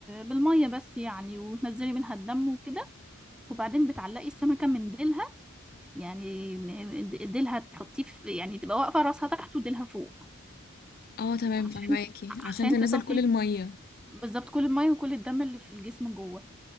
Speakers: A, in the centre; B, on the left.
A: بالمية بس يعني وتنزلي منها الدم وكده وبعدين بتعلقي السمكة من ديلها يعني م- ديلها تحطيه في يعني تبقى واقفة راسها تحت وديلها فوق
B: اه تمام
A: عشان
B: فهماكي عشان
A: عشان
B: تنزل
A: تصفي
B: كل المية
A: بالظبط كل المية وكل الدم اللي في الجسم جوه